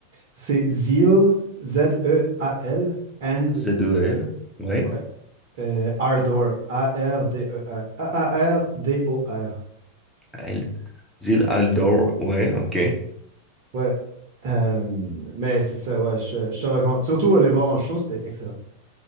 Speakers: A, on the right (about 45°); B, in the centre.
A: C'est Zeal, Z-E-A-L, and
B: Z-E-L. Ouais.
A: ouais, euh, Ardor, A-R-D-E-R, r d E R, A R D o r
B: Al. Zil Aldor. Ouais, ok.
A: Ouais. Euh, mais c'est ça, ouais, je, je te recommande. Surtout aller voir en show, c'était excellent.